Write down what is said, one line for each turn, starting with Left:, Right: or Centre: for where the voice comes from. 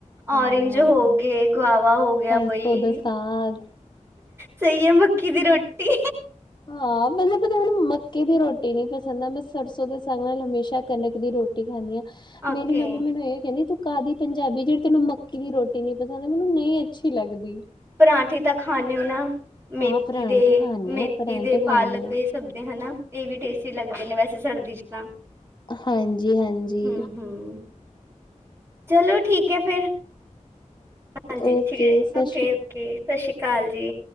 Left: ਹਾਂ
Right: ਔਰੇਂਜ ਹੋ ਗੇ, ਗੋਆਵਾ ਹੋ ਗਿਆ
Left: ਸਰਸੋਂ
Right: ਬਈ।
Left: ਦਾ ਸਾਗ
Right: ਸਈ ਐ ਮੱਕੀ ਦੀ ਰੋਟੀ
Left: ਹਾਂ ਮਤਲਬ ਪਤਾ ਹੁਣ ਮੱਕੀ ਦੀ ਰੋਟੀ ਨੀ ਪਸੰਦ ਆ ਮੈਂ ਸਰਸੋਂ ਦੇ ਸਾਗ ਨਾਲ ਹਮੇਸ਼ਾ ਕਣਕ ਦੀ ਰੋਟ ਖਾਨੀ ਆ ਮੇਰੀ
Right: ਓਕੇ
Left: ਮੰਮੀ ਮੈਨੂੰ ਏ ਕੈਂਦੀ ਤੂੰ ਕਾਦੀ ਪੰਜਾਬੀ ਜੇੜੀ ਤੈਨੂੰ ਮਕ ਕਿ ਰੋਟੀ ਨੀ ਪਕਾਣੀ ਮੈਨੂੰ ਨਈ ਅੱਛੀ ਲੱਗਦੀ
Right: ਪਰਾਂਠੇ ਤਾਂ ਖਾਨੇ ਓ ਨਾ।
Left: ਹਾਂ
Right: ਮੇਥੀ
Left: ਪਰਾਂਠੇ
Right: ਦੇ,
Left: ਖਾਂਦੇ
Right: ਮੇਥੀ
Left: ਹਾਂ ਪਰਾਂਠੇ
Right: ਦੇ,
Left: ਖਾਂਦੇ
Right: ਪਾਲਕ
Left: ਹਾਂ
Right: ਏ ਸਭ ਦੇ ਹਨਾ ਏ ਵੀ ਟੇਸਟੀ ਲੱਗਦੇ ਨੇ ਵੈਸੇ ਸਰਦੀ ਚ ਤਾਂ
Left: ਹਾਂਜੀ, ਹਾਂਜੀ।
Right: ਹੂੰ ਹੂੰ ਚਲੋ, ਠੀਕ ਐ ਫੇਰ। ਹਾਂਜੀ
Left: ਓਕੇ
Right: ਠੀਕ
Left: ਸਤਿ
Right: ਓਕੇ, ਓਕੇ ਸਾਸ਼੍ਰੀਕਾਲ ਜੀ।